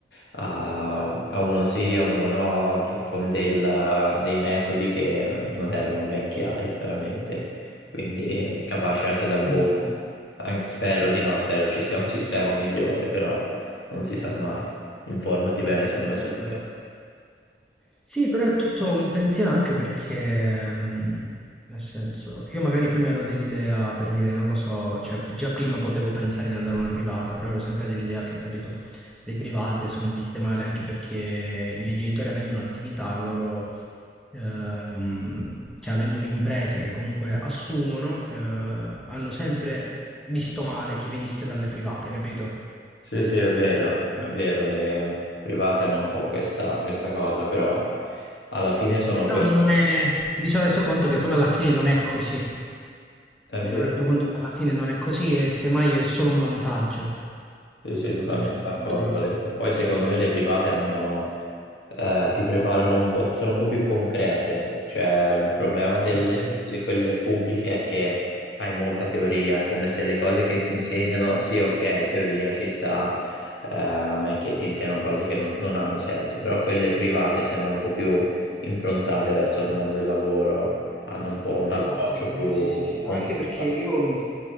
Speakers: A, on the left; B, in the centre.
A: a, a uno sì, a uno no, t- con del- dei metodi che non erano ben chiari, veramente. Quindi capace anche da voi.
B: Mm.
A: Anche- spero di no, spero ci sia un <laughs> sistema migliore, però non si sa mai. Informati bene, secondo
B: Vero,
A: me, su quello.
B: vero. Sì, però è tutto un pensiero anche perché, mh, nel senso, io magari prima ero dell'idea, per dire, non lo so, cioè già prima potevo pensare di andare a una privata, però ero sempre dell'idea che, capito, le private sono viste male anche perché i miei genitori avendo un'attività, loro, eh, mh, cioè avendo un'impresa che comunque assumono, eh, hanno sempre visto male chi venisse dalle private, capito?
A: Sì, sì, è vero, è vero, le private hanno un po' questa, questa cosa, però alla fine sono
B: Però
A: quelle.
B: non è... mi sono reso conto che poi alla fine non è così.
A: È vero,
B: Mi sono reso conto
A: è vero.
B: che alla fine non è così e semmai è solo un vantaggio
A: Sì, sì, totalmente
B: da un certo
A: d'accordo.
B: punto di vista.
A: Le- Poi secondo me le private hanno, eh, ti preparano un po', sono un po' più concrete. Cioè, il problema delle-
B: Sì, sì.
A: di quelle pubbliche è che hai molta teoria, come se le cose che ti insegnano, sì, ok, teoria ci sta, eh, non è che ti insegnano cose che non, non hanno senso, però quelle private sembrano un po' più improntate verso il mondo del lavoro, hanno un po' un
B: Esattamente,
A: approccio più
B: sì, sì, sì, anche
A: molto più.
B: perché io mh,